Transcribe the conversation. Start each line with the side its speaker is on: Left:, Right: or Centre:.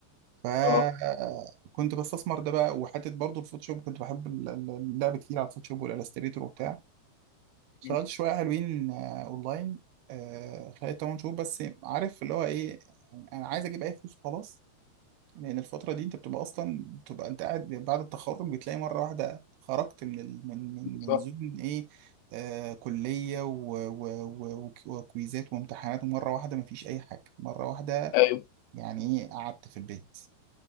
Right: فكنت
Left: اه
Right: بستثمر ده بقى وحته برضو الفوتوشوب كنت بحب ال- ال- اللعب كتير على الفوتوشوب والالستريتور وبتاع اشتغلت
Left: مم.
Right: شويه حلوين آه، اونلاين آه، خلال 8 شهور بس عارف اللي هو ايه يعني انا عايز اجيب اي فلوس خلاص لان الفتره دي انت بتبقى اصلا بتبقى انت قاعد بعد التخرج بتلاقي مره واحده خرجت من ال... من من
Left: بالظبط
Right: من زون ايه آه كليه و... و... و... وكويزات وامتحانات ومره واحده مفيش اي حاجه مره واحده
Left: ايوه
Right: يعني ايه قعدت في البيت